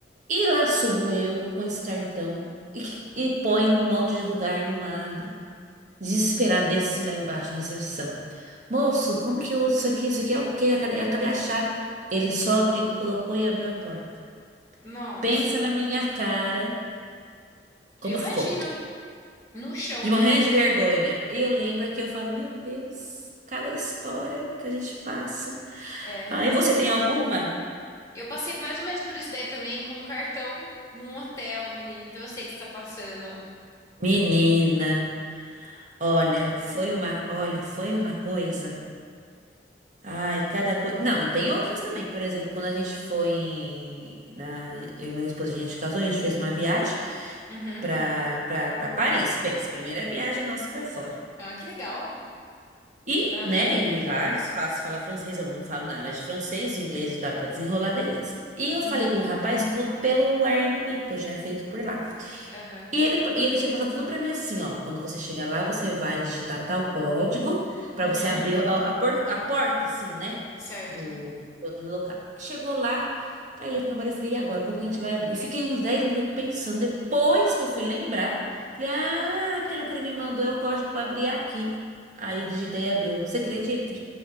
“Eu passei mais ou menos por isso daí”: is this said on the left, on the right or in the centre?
Left